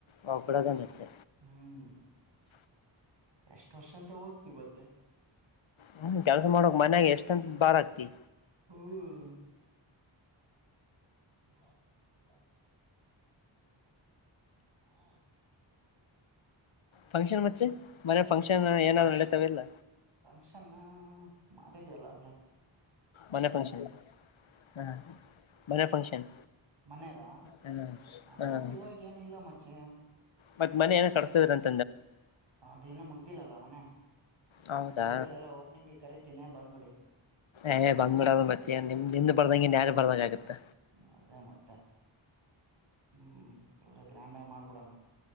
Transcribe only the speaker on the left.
ಹೋಗ್ಬಿಡೋದ ಮತ್ತೆ
ಹ್ಮ ಕೆಲ್ಸ ಮಾಡಕ್ ಮನ್ಯಾಗ ಎಷ್ಟಂತ ಬಾರ್ ಆಗ್ತಿ?
ಫಂಕ್ಷನ್ ಮಚ್ಚಿ ಮನೆ ಫಂಕ್ಷನ್ ಏನಾದ್ರು ನಡೀತವ ಇಲ್ಲ?
ಮನೆ ಫಂಕ್ಷನ್ ಹ ಮನೆ ಫಂಕ್ಷನ್
ಹ್ಮ್
ಮತ್ತ್ ಮನೆ ಏನೋ ಕಟ್ಟಸ್ತೀದೀರ್ ಅಂತ.
ಹೌದಾ
ಏ ಬನ್ಬಿಡೋದು ಮತ್ತೆ ಅ ನಿಮ್ ನಿಮ್ದ ಬರ್ದಂಗ ಇನ್ನ್ ಯಾರ್ದ ಬರ್ದಂಗಾಗಿತ್ತ್.